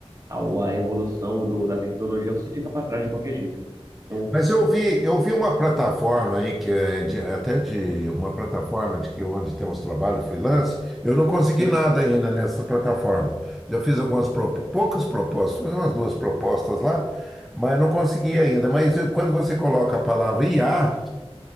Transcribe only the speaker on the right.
ao, à evolução do, da tecnologia, você fica para trás de qualquer jeito. Então,
sim,